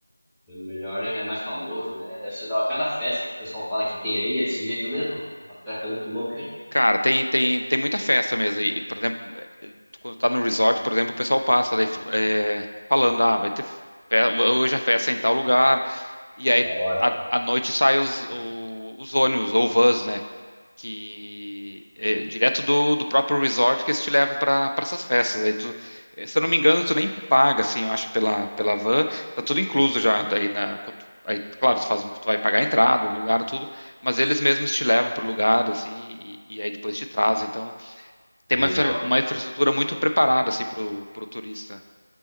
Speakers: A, in the centre; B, on the left.
A: Sendo melhor, né? É mais famoso, né? Deve ser da cada festa que o pessoal fala que tem aí, é desse jeito mesmo. A festa é muito louca, hein?
B: Cara, tem, tem, tem muita festa mesmo. E, por exemplo, eh, eh, quando tá no resort, por exemplo, o pessoal passa daí, eh, falando, ah, vai ter fe- hoje a festa é em tal lugar. E aí,
A: Da hora.
B: à à noite saem os, o- os ônibus ou vans, né? que é direto do, do próprio resort que eles te levam para essas festas. Aí tu, eh, se eu não me engano, tu nem paga, assim, eu acho, pela, pela van, tá tudo incluso já. Daí na, quando tu- aí, claro, tu faz, um- tu vai pagar a entrada, lugar, tudo, mas eles mesmos te levam pro lugar, assim, e, e aí depois te trazem. Então, tem
A: Legal.
B: uma, infra- uma infraestrutura muito preparada, assim, pro, pro turista.